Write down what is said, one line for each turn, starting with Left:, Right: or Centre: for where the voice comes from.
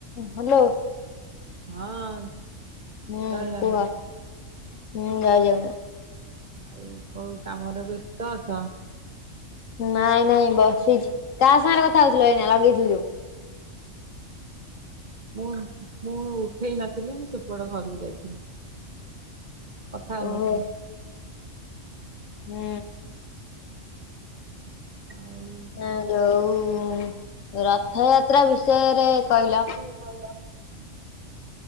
Left: ହ୍ୟାଲୋ
Right: ହଁ ଜୟ
Left: ହୁଁ
Right: ଜଗନ୍ନାଥ
Left: କୁହ ହୁଁ ଜୟ ଜଗନ୍ନାଥ
Right: ଆଉ କୋଉ କାମରେ ବ୍ୟସ୍ତ ଅଛ?
Left: ନାଇଁ ନାଇଁ ବସିଛି କାହା ସାଙ୍ଗରେ କଥା ହଉଥିଲ ଏଇନା ଲଗେଇଥିଲି ଯୋଉ?
Right: ମୁଁ ମୁଁ ଉଠେଇ ନଥିଲି ମୁଁ ସେପଟ ଘରକୁ ଯାଇଥିଲି କଥା ହଉନଥିଲି
Left: ଓହୋ ହୁଁ
Right: ଆଉ
Left: ଇଁ ଯୋଉ ରଥଯାତ୍ରା ବିଷୟରେ କହିଲ
Right: <inaudible>